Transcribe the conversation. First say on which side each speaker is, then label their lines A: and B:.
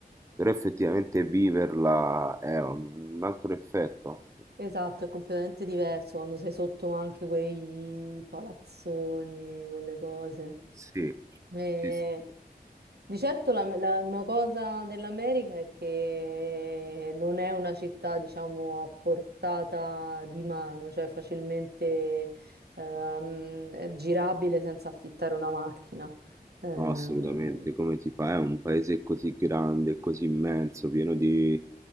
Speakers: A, on the right; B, on the right.
A: però effettivamente viverla è un altro effetto.
B: Esatto, è completamente diverso quando sei sotto anche quei palazzoni, quelle cose.
A: Sì,
B: Eh,
A: sì, sì,
B: di certo la- la- una cosa dell'America è che non è una città, diciamo, a portata di mano, cioè facilmente ehm, girabile senza affittare una macchina. Ehm,
A: no, assolutamente, come si fa? È un paese così grande, così immenso, pieno di,